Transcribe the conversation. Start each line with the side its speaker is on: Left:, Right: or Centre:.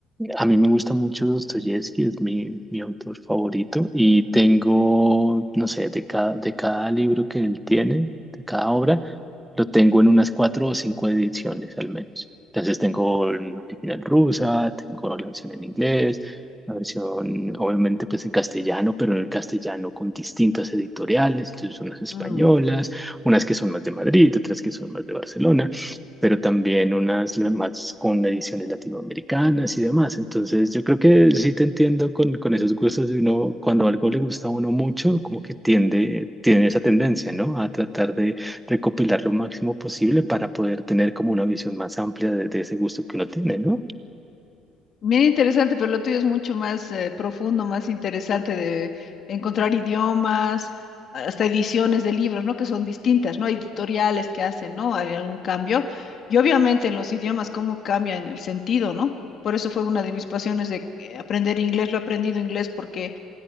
Centre: a mí me gusta mucho Dostoyevsky, es mi, mi autor favorito y tengo, no sé, de cada, de cada libro que él tiene, de cada obra, lo tengo en unas cuatro o cinco ediciones al menos. Entonces tengo una original rusa, tengo la versión en inglés, la versión obviamente pues en castellano, pero en el castellano con distintas editoriales, entonces unas españolas,
Left: Mm.
Centre: unas que son más de Madrid, otras que son más de Barcelona, pero también unas la- más con ediciones latinoamericanas y demás. Entonces yo creo que sí te entiendo con, con esos gustos de uno, cuando algo le gusta a uno mucho, como que tiende, tiene esa tendencia, ¿no? A tratar recopilar lo máximo posible para poder tener como una visión más amplia de, de ese gusto que uno tiene, ¿no?
Left: Bien interesante, pero lo tuyo es mucho más eh, profundo, más interesante de encontrar idiomas, hasta ediciones de libros, ¿no? Que son distintas, ¿no? Hay editoriales que hacen, ¿no? Hay algún cambio. Y obviamente en los idiomas, cómo cambian el sentido, ¿no? Por eso fue una de mis pasiones de eh, aprender inglés. Lo he aprendido inglés porque